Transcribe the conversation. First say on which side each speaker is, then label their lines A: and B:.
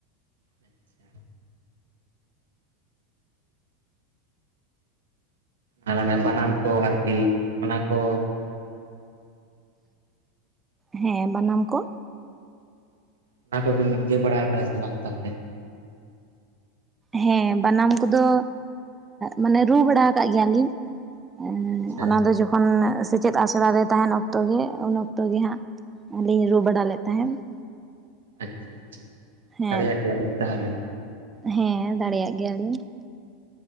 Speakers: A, on the right; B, on the right.
A: ᱟᱪᱪᱷᱟ, ᱟᱨ ᱚᱱᱮ ᱵᱟᱱᱟᱢ ᱠᱚ ᱟᱨᱠᱤ ᱚᱱᱟ ᱠᱚ
B: ᱦᱮᱸ, ᱵᱟᱱᱟᱢ ᱠᱚ
A: ᱚᱱᱟ ᱠᱚᱵᱮᱱ ᱤᱭᱟᱹ ᱵᱟᱲᱟ ᱟᱠᱟᱫᱟ ᱥᱮ ᱵᱟᱝ, ᱛᱟᱦᱚᱞᱮ
B: ᱦᱮᱸ, ᱵᱟᱱᱟᱢ ᱠᱚᱫᱚ ᱢᱟᱱᱮ ᱨᱩ ᱵᱟᱲᱟ ᱟᱠᱟᱫ ᱜᱮᱭᱟᱞᱤᱧ ᱾ ᱮᱸ
A: ᱟᱪᱪᱷᱟ
B: ᱚᱱᱟ ᱫᱚ ᱡᱚᱠ ᱷᱚᱱ ᱥᱮᱪᱮᱫ ᱟᱥᱲᱟᱺᱨᱮ ᱛᱟᱦᱮᱱ ᱚᱠᱛᱚ ᱜᱮ, ᱩᱱ ᱚᱠᱛᱚ ᱜᱮ ᱦᱟᱸᱜ ᱞᱤᱧ ᱨᱩ ᱵᱟᱲᱟ ᱞᱮᱫ ᱛᱟᱦᱮᱸᱱ ᱾
A: ᱟᱪᱪᱷᱟ ᱟᱪᱪᱷᱟ ᱾
B: ᱦᱮᱸ
A: ᱫᱟᱲᱮᱭᱟᱜ ᱜᱮᱭᱟᱵᱤᱱ ᱛᱟᱦᱚᱞᱮ ᱾
B: ᱦᱮᱸ, ᱫᱟᱲᱮᱭᱟᱜ ᱜᱮᱭᱟᱞᱤᱧ ᱾